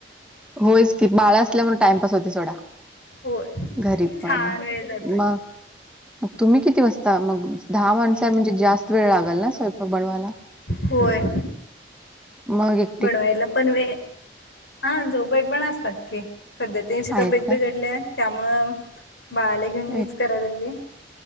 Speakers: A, in the centre; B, on the left.
A: होयच की बाळा असल्या वर टाइमपास होतय सोडा.
B: होय
A: घरी पण,
B: छान वेळ जातोय
A: म. मग तुम्ही किती वाजता मग दहा माणस हाय म्हणजे जास्त वेळ लागल ना स्व मग बनवायला,
B: होय
A: मग एक
B: बनवायला पण वे हा जाऊबाई पण असतात की, सध्या त्यांची
A: आहेत
B: तब्येत
A: काय?
B: बीघडल्या त्यामुळ, बाळा घेवून मीच
A: एक
B: कराय लागले.